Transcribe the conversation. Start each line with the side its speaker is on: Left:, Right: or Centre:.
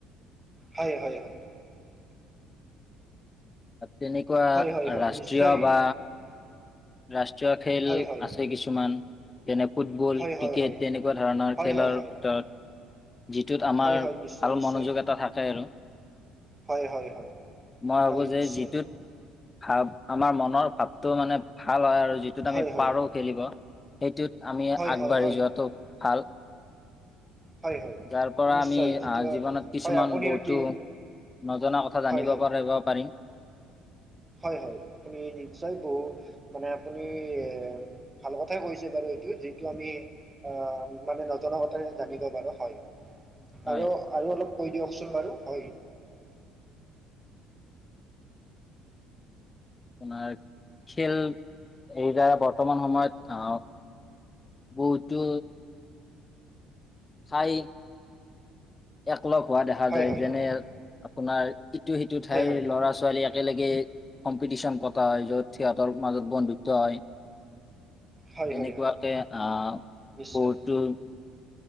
Right: হয়- হয় -হয়
Left: তেনেকুৱা
Right: হয় হয় হয়
Left: ৰাষ্ট্ৰীয়
Right: নিশ্চয়
Left: বা ৰাষ্ট্ৰীয় খেল
Right: হয় হয়
Left: আছে কিছুমান যেনে ফুটবল,
Right: হয় হয়
Left: ক্ৰিকেট
Right: হয়
Left: তেনেকুৱা ধৰণৰ
Right: হয়
Left: খেলৰ
Right: হয় হয়
Left: ভিতৰত যিটোত আমাৰ
Right: হয় হয় নিশ্চয়
Left: ভাল
Right: নিশ্চয়
Left: মনোযোগ এটা থাকে আৰু।
Right: হয় হয় হয়
Left: মই ভাবো
Right: হয়
Left: যে
Right: নিশ্চয়
Left: যিটোত ভাব আমাৰ মনৰ ভাবটো মানে ভাল হয় আৰু যিটোত
Right: হয়
Left: আমি
Right: হয়
Left: পাৰো খেলিব সেইটোত আমি
Right: হয়
Left: আগবাঢ়ি
Right: হয় হয়
Left: যোৱাটো ভাল।
Right: হয় হয় হয়
Left: যাৰ পৰা
Right: নিশ্চয়
Left: আমি
Right: যিটো
Left: আহ জীৱনত কিছুমান
Right: হয় আপুনি
Left: বহুতো
Right: অতি
Left: নজনা কথা জানিব
Right: হয় হয়
Left: পাৰি বা পাৰিম।
Right: হয় হয় আপুনি নিশ্চয় বহু মানে আপুনি এ ভাল কথাই কৈছে বাৰু এইটো যিটো আমি অ মানে নজনা কথা জানিব পাৰো। হয়
Left: হয়
Right: আৰু আৰু অলপ কৈ দিয়কচোন বাৰু হয়
Left: আপোনাৰ খেল এই দ্বাৰা বৰ্তমান সময়ত আ বহুতো ঠাই একলগ হোৱা দেখা
Right: হয়
Left: যায়।
Right: হয়
Left: যেনে আপোনাৰ ই ইটো সিটো ঠাইৰ
Right: হয় হয়
Left: ল'ৰা ছোৱালী একেলগে কম্পিটিচন পতা হয়। য'ত হিহতৰ মাজত বন্ধুত্ব হয়।
Right: হয়
Left: তেনেকুৱাকে
Right: হয় হয়
Left: আ
Right: নিশ্চয়
Left: বহুতো